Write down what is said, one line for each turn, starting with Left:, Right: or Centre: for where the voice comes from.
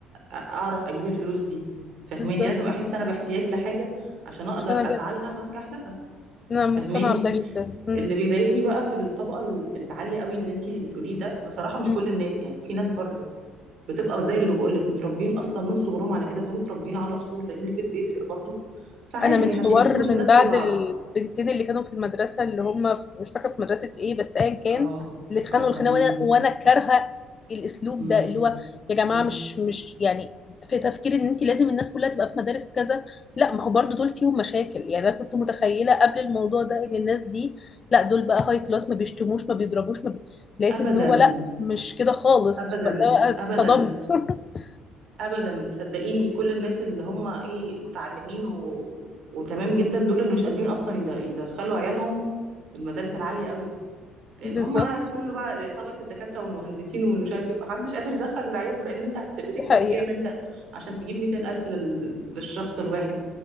Right: أ- اعرف اجيب الفلوس دي فاهماني
Left: بالظبط
Right: لازم احس انا باحتياج لحاجه عشان اقدر
Left: عشان انا
Right: اسعى
Left: جاية
Right: لها وانجح لها
Left: انا مقتنعة
Right: فاهماني
Left: بده جدا مم.
Right: اللي بيضايقني بقى في الطبقه ال- العاليه قوي اللي انتي بتقوليه ده بصراحه مش
Left: مم.
Right: كل الناس يعني في ناس برضو بتبقى زي اللي بقول لك متربيين اصلا من صغرهم على كده فمتربيين على اصول لان البيت بيفرق برضو فعادي
Left: انا من
Right: احنا
Left: حوار
Right: شايفين كل
Left: من
Right: الناس
Left: بعد
Right: زي بعض
Left: البنتين اللي كانوا في المدرسه اللي هم في- مش فاكره في مدرسه ايه بس ايا كان
Right: اه
Left: اللي اتخانقوا
Right: اه
Left: الخناقه
Right: فاهمك
Left: وانا وانا كارهه الاسلوب
Right: امم
Left: ده اللي هو يا جماعه
Right: أمم.
Left: مش مش يعني في تفكير ان انت لازم الناس كلها تبقى في مدارس كذا لا ما هو برضو دول فيهم مشاكل يعني انا كنت متخيله قبل الموضوع ده ان الناس دي لا دول بقى هاي كلاس ما بيشتموش ما بيضربوش ما بي... لقيت
Right: ابدا
Left: ان هو لا مش كده خالص
Right: ابدا
Left: فده بقى اتصدمت
Right: ابدا
Left: <laughs>
Right: ابدا صدقيني كل الناس اللي هم ايه متعلمين و... وتمام جدا دول اللي مش قادرين اصلا يد... يدخلوا عيالهم المدارس العاليه قوي دي لان
Left: بالظبط
Right: هم كله بقى طبقه الدكاتره والمهندسين والمش عارف ايه محدش قادر يدخل عياله لان انت هت- بتكسب
Left: دي حقيقه
Right: كام انت عشان تجيب 200 الف لل... للشخص الواحد